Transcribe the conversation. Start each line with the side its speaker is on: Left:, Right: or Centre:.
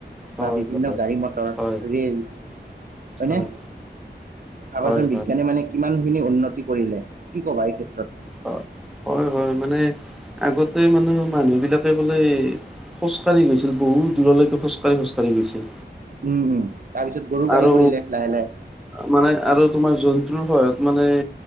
Centre: হয়
Right: বা বিভিন্ন গাড়ী- মটৰ
Centre: হয় হয়
Right: ৰে'ল হয়নে?
Centre: হয়
Right: ভাবাচোন
Centre: হয়
Right: বিজ্ঞানী মানে কিমানখিনি উন্নতি কৰিলে কি ক'বা এই ক্ষেত্ৰত?
Centre: হয় হয় -হয় মানে আগতে মানে মানুহ বিলাকে বোলে খোজকাঢ়ি গৈছিল বহুত দূৰলৈকে খোজকাঢ়ি- খোজকাঢ়ি গৈছিল।
Right: উম -উম। তাৰপিছত গৰু গাড়ী
Centre: আৰু,
Right: কৰিলে লাহে লাহে
Centre: মানে আৰু তোমাৰ যোন জন্তুৰ সহায়ত মানে